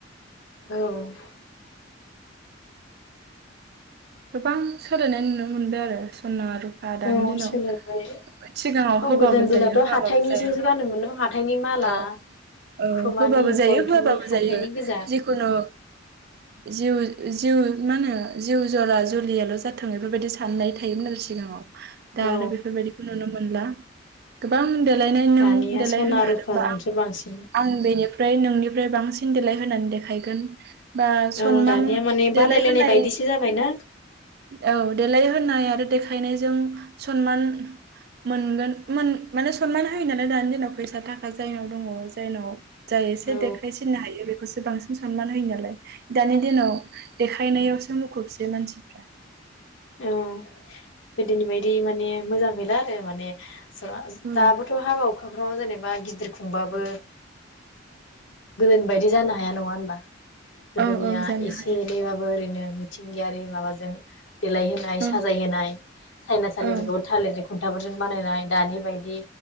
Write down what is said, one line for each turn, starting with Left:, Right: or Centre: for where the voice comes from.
Left: औ
Right: गोबां सोलायनाय नुनो मोनबाय आरो सना रुफा दानि
Left: औ
Right: दिनाव
Left: सोलायबाय
Right: सिगाङाव
Left: औ
Right: होबाबो
Left: गोदोनि दिनावथ'
Right: जायो होआबाबो
Left: हाथाइनिसो
Right: जायो
Left: गानोमोन न' हाथाइनि माला
Right: ओ औ
Left: खोमानि
Right: होबाबो जायो
Left: गन्थंनि
Right: होआबाबो
Left: हाथाइनि
Right: जायो
Left: गोजा
Right: जिखुनु जिउ जिउ मा होनो जिउ जरा जुलियाल' जाथों बेफोरबायदि साननाय थायोमोन आरो सिगाङाव दा
Left: औ
Right: आरो बेफोरबायदिखौ नुनो मोनला गोबां द देलायनो
Left: दानिया
Right: नों देलाय
Left: सना
Right: होनो हादोंबा
Left: रुफाजोंसो बांसिन
Right: आं बेनिफ्राय नोंनिफ्राय बां सिन देलााय होनानै देखायगोन बा सनमान
Left: औ दानिया माने
Right: देलायहोनाय
Left: बादायलायनाय बायदिसो जाबायना
Right: औ देलाय होननाय आरो देखायनायजों सनमान मोनगोन मोन माने सनमान होयो नालाय दानि दिनाव फैसा थाखा जायनाव दङ जायनाव जाय एसे
Left: औ
Right: देखायसिननो हायो बेखौसो बांसिन सनमान होयो नालाय दानि दिनाव देखायनायावसो मुखुब मानसिफ्रा
Left: औ गोदोनि बायदि माने मोजां गैला आरो माने जरा
Right: औ
Left: दाबोथ' हाबा हुखाफ्राव जेनेबा गि दिर खुंबाबो गोदो बायदि जानो हा हाया नङा होनबा गोदोनिया
Right: औ औ जानो
Left: एसे
Right: हायो
Left: एनैबाबो ओरैनो मिथिंगायारि माबाजों देलायहोनाय
Right: औ
Left: साजाय होनाय साइनासाालिफोरखौबो
Right: औ
Left: थालिरजों खुन्थाफोरजों बानायनाय दानि बायदि